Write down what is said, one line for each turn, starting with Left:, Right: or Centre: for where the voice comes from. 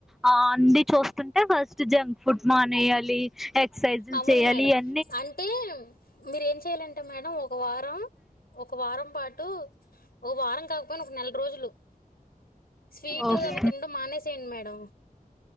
Centre: అ అన్ని చూస్తుంటే ఫస్ట్ జంక్ ఫుడ్స్ మానేయాలి ఏక్ క్ససైజులు
Left: అవును
Centre: చేయాలి
Left: మేడం
Centre: అన్
Left: అంటే మీరేం చెయ్యాలంటే మేడం ఒ ఒక వారం ఒక వారం పాటు ఒ వారం కాకపోయినా ఒక నెల రోజులు స్వీట్
Centre: ఓకే
Left: అవి తినడం మానేసేయండి మేడం